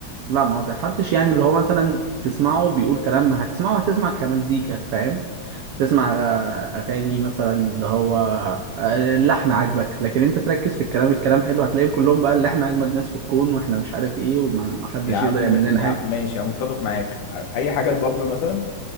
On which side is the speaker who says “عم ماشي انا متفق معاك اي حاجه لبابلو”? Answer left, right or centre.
Left